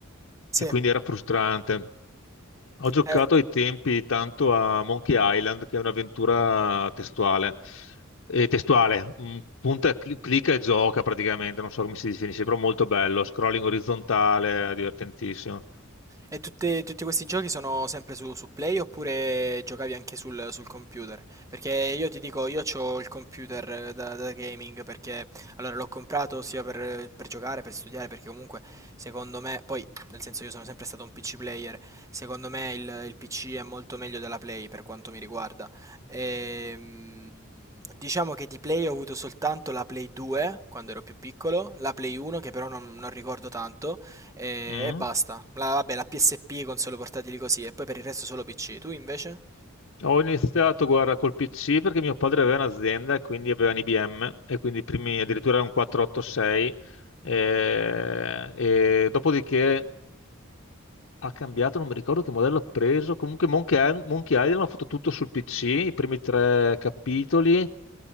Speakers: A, on the right; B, on the left.
A: Sì,
B: e quindi era frustrante. Ho giocato
A: eh,
B: ai tempi tanto a Monkey Island, che è un'avventura testuale, Eh, testuale, mm, punta, e cli- clicca e gioca praticamente, non so come si definisce, però molto bello, scrolling orizzontale, eh, divertentissimo.
A: e tutte- tutti questi giochi sono sempre su, su Play oppure giocavi anche sul, sul computer? Perché io ti dico, io ho il computer eh, da, da gaming perché allora l'ho comprato sia per, per giocare, per studiare, perché comunque secondo me, poi nel senso io sono sempre stato un PC player, secondo me il, il PC è molto meglio della Play per quanto mi riguarda. Ehm, diciamo che di Play ho avuto soltanto la Play 2 quando ero più piccolo, la Play 1 che però non non ricordo tanto. E,
B: Mm.
A: e basta. La, vabbè, la PSP, console portatili così, e poi per il resto solo PC. Tu invece?
B: Ho iniziato, guarda, col PC perché mio padre aveva un'azienda e quindi aveva un IBM e quindi i primi, addirittura era un 486 eh, e dopodiché ha cambiato, non mi ricordo che modello ha preso. Comunque Monkey, Island- Monkey Island l'ha fatto tutto sul PC, i primi tre capitoli.